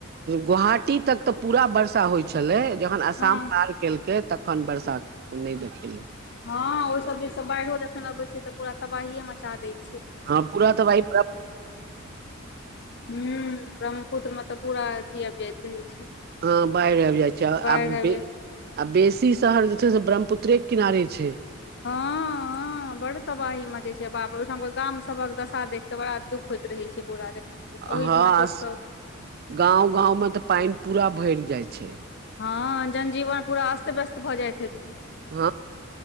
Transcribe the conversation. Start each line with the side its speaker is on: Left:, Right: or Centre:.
Right: गुवाहाटी तक तऽ पूरा वर्षा होइत छलै जखन आसाम
Left: हँ
Right: पार केलके तखन बर्षा क नै देखेलै
Left: हँ ओहि सब दीस स बाढ़ियो जखन अबै छै तऽ पूरा तबाहिये मचा दैय छै
Right: हँ पूरा तबाही
Left: ह्म ब्रह्मपुत्र मे तऽ पूरा अथि आबि जाइत रहै छै
Right: हँ बाढ़ि आबि जाइ छै
Left: बाढ़ि
Right: आब
Left: आबि जाइ
Right: बे
Left: छै
Right: आ बेसी शहर जे छै से ब्रह्मपुत्रेके किनारे छै
Left: हँ हँ बड तबाही मचै छै बाप रौ ओहिठामक गाम सभक दशा देख क बड़ा दुख होइत रहे छै पूरा देखैमे ओहिमे
Right: हँ
Left: लोक सब
Right: गाँंव गाँव मे तऽ पानि पूरा भरि जाइ छै
Left: हँ जनजीवन पूरा अस्त व्यस्त भऽ जाइत हेतै
Right: हँ